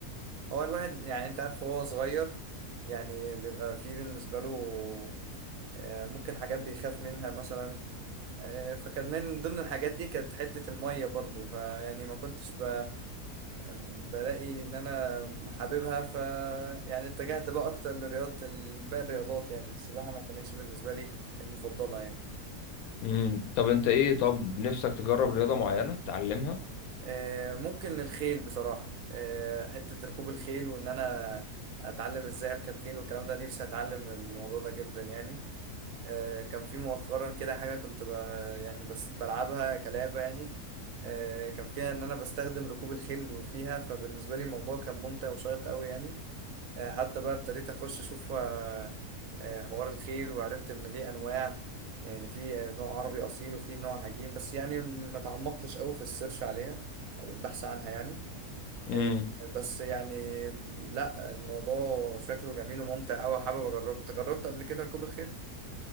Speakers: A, on the right; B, on the left.
A: هو الواحد يعني انت عارف هو صغير يعني بيبقى فيه بالنسبة له آه ممكن حاجات بيخاف منها مثلا آه فكان من ضمن الحاجات دي كانت حتة المية برضو فيعني ما كنتش ب... بلاقي ان انا حاببها ف يعني اتجهت بقى اكتر لرياضه باقي الرياضات يعني السباحه ما كانتش بالنسبه لي المفضله يعني
B: امم طب انت ايه طب نفسك تجرب رياضه معينه تتعلمها
A: آه، ممكن الخيل بصراحه آه، حته ركوب الخيل وان انا اتعلم ازاي اركب خيل والكلام ده نفسي اتعلم الموضوع ده جدا يعني آه، كان في مؤخرا كده حاجه كنت ب... يعني بس بلعبها كلعبه يعني آه، كان فيها ان انا بستخدم ركوب الخيل وفيها فبالنسبه لي الموضوع كان ممتع وشيق قوي يعني آه، حتى بقى ابتديت اخش اشوف آه، آه، حوار الخيل وعرفت ان ليه انواع يعني في آه، نوع عربي اصيل وفي نوع هجين بس يعني ما تعمقتش قوي في السيرش عليها او البحث عنها يعني آه،
B: امم
A: بس يعني لا الموضوع شكله جميل وممتع قوي حابب اجربه أنت جربت قبل كده ركوب الخيل